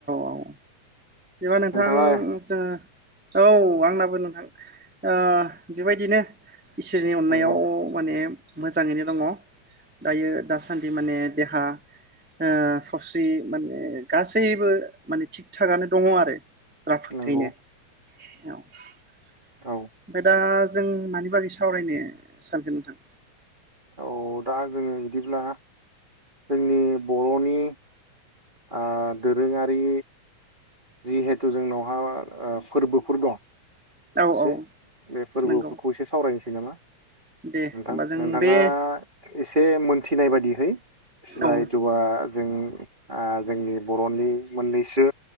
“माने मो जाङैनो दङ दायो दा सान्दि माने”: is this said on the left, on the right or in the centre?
Centre